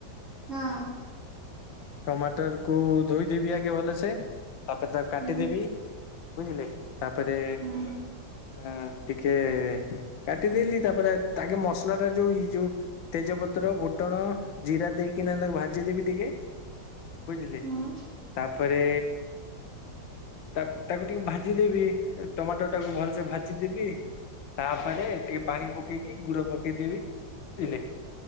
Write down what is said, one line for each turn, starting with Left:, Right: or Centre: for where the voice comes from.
Right: ହଁ।
Left: ଟମାଟର କୁ ଧୋଇଦେବି ଆଗେ ଭଲସେ ତାପରେ ତାକୁ କାଟିଦେବି
Right: ହୁଁ,
Left: ବୁଝିଲେ। ତାପରେ
Right: ହୁଁ,
Left: ଆଁ, ଟିକେ କାଟିଦେଲି ତାପରେ ତାଗେ ମସଲା ଟା ଯୋଉ ଏଇ ଯୋଉ ତେଜପ ପତ୍ର ଫୁଟଣ ଜିରା ଦେଇ କି ନହଲେ ତାକୁ ଭାଜିି ଦେବି ଟିକେ ବୁଝିଲେ,
Right: ହୁଁ,
Left: ତାପରେ ତା ତାକୁ ଟିକେ ଭା ଜି ଦେବି ଏ ଟମା ାକୁ ଭଲସୋ <inaudible> ଦେବି ତାପରେ ଟିକେ ପାଣି ପକେଇକି ଗୁଡ ପକେଇଦେବି ବୁଝିଲେ